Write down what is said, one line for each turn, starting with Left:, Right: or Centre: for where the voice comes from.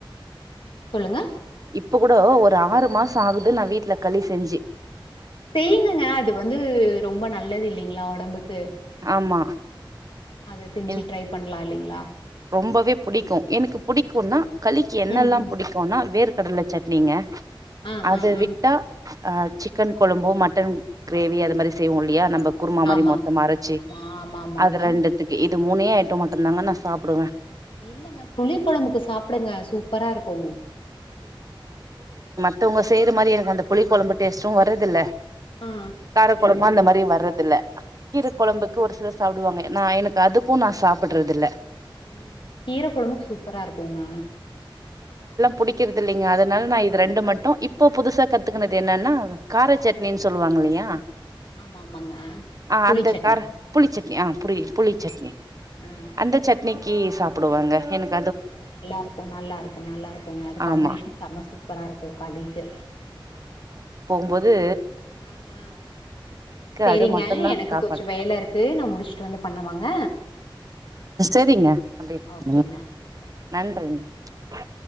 Left: ங்க
Right: இப்ப கூட ஒரு ரு ஆறு மாசம் ஆகுது நான் வீட்ல களி செஞ்சி
Left: செயிங்கங்க அது வந்து ரொம்ப நல்லது இல்லைங்களா ஒடம்புக்கு
Right: ஆமா
Left: அத செஞ்சி
Right: என்
Left: ட்ரை பண்ணலா இல்லைங்களா
Right: ரொம்பவே புடிக்கும் எனக்கு புடிக்கும்னா களிக்கு என்னல்லாம்
Left: ம் ம்
Right: புடிக்கும்னா வேர் கடல சட்னிங்க
Left: ஆ
Right: அது
Left: ஆ ஆ
Right: விட்டா அ சிக்கன் கொழம்பும் மட் டன் கிரேவி அது மாரி செய்வோ இல்லையா நம்ப குருமா மாரி
Left: ஆமா
Right: மொத்தமா அரைச்சு
Left: ஆமா ஆமா ஆமாங்க
Right: அது ரெண்டுத்துக்கு இ து மூணே ஐட்டம் மட்டுந்தாங்க நா சாப் புடுவன்
Left: இல்லங்க புளி கொழம்புக்கு சாப்டுங்க சூப்பரா இருக்கும்
Right: மத்தவுங்க செய்யற மாரி எனக்கு அந்த புளிகொழம்பு டேஸ்டும் வரதில்ல
Left: ஆ
Right: காரக்கொழம்பும் அந்த மாரி வ ரதுல்ல கீர
Left: ஆ ஆ
Right: கொழம்புக்கு ஒரு சிலர் சாப்டுவாங்க நா எனக்கு அதுக்கும் நா சாப்பட்றது இல்ல
Left: ம் கீர கொழம்புக்கு சூப்பரா இருக்குங்க
Right: புடிக்கற்து இல்லைங்க அதனால நா இது ரெண்டு மட்டும் இப்போ புதுசா கத்துக்குனது என்னன்னா கார சட்னின்னு சொல்லுவாங்க இல்லையா
Left: ஆமா ஆமாங்க
Right: ஆ
Left: புளி
Right: அந்த
Left: சட்னி
Right: கார புளிச்சட்னி ஆ புளி புளி சட்னி
Left: ஆ
Right: அந்த சட் னிக்கு சாப்டுவங்க எனக்
Left: நல்லா இருக்கும் நல்லா இருக்கும் நல்லா இருக்குங்க அது காம்பினேஷன்
Right: ஆமா
Left: செம சூப்பரா இருக்கும் களிக்கு
Right: பொது
Left: ஆ ஆ சேரிங்க
Right: அது மட்டுந்தா
Left: எனக்கு
Right: சாப்பாடு
Left: கொஞ்சொ வேல இருக்கு நா முடிச்சுட்டு வந்து பண்ணவாங்க
Right: சேரிங்க அப்டே பன்னுங்க
Left: ஓகேங்க ஓகே
Right: நன்றிங்க ஆஹ